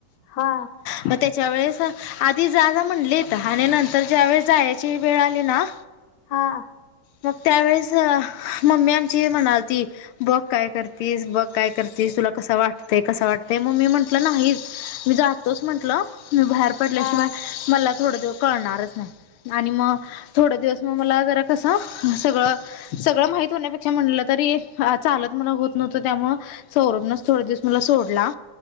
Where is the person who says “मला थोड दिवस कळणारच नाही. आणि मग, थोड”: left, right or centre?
Left